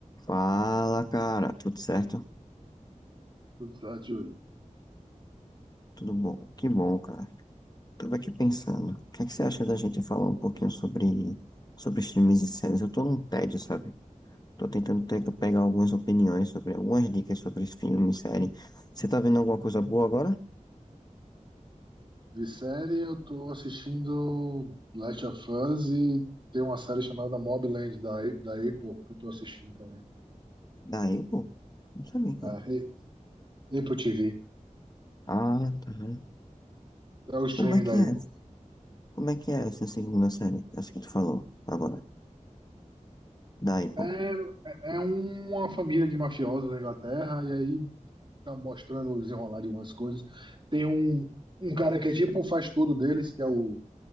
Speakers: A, on the left; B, on the right.
A: Fala, cara, tudo certo?
B: Tudo certo, Júlio.
A: Tudo bom? Que bom, cara. Tava aqui pensando, o que é que você acha da gente falar um pouquinho sobre, sobre filmes e séries? Eu tô num tédio, sabe? Tô tentando te- pegar algumas opiniões sobre, algumas dicas sobre filmes e série. Você tá vendo alguma coisa boa agora?
B: De série, eu tô assistindo Last of Us e tem uma série chamada Mobland da, A- da Apple que eu tô assistindo também.
A: Daí, pô, não sabia. que-
B: A Re- Apple TV.
A: Ah, tá.
B: É o streaming
A: Como é que
B: da
A: é?
B: Apple.
A: Como é que é essa segunda série? Essa que tu falou agora. Daí, pô.
B: É, é é uma família de mafiosos na Inglaterra e aí tá mostrando o desenrolar de algumas coisas. Tem um, um cara que é tipo o faz tudo deles, que é o,